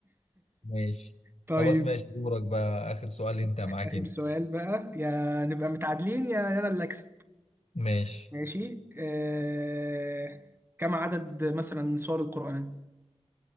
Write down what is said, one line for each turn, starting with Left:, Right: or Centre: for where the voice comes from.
Left: ماشي
Right: طيب
Left: خلاص ماشي دورك بقى اخر سؤال انت معاك
Right: آخ- اخر
Left: انت
Right: سؤال بقى يا نبقى متعادلين يا يا انا اللي اكسب
Left: ماشي
Right: ماشي آه... كم عدد مثلا سور القرآن